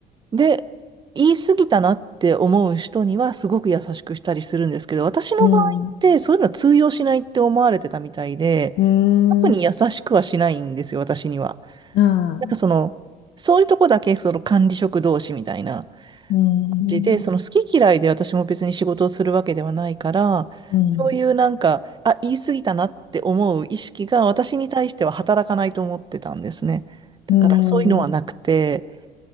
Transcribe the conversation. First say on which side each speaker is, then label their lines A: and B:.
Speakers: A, on the right; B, on the left.
A: で、言い過ぎたなって思う人にはすごく優しくしたりするんですけど、私の場合ってそういうのは通用しないって思われてたみたいで、
B: うん、うん、
A: 特に優しくはしないんですよ、私には。
B: ああ、
A: なんかその、そういうとこだけその管理職同士みたいな。
B: うん、
A: じで、その好き嫌いで私も別に仕事をするわけではないから、
B: うん、
A: そういうなんか、あ、言い過ぎたなって思う意識が私に対しては働かないと思ってたんですね。だからそういうのはなくて、
B: うん。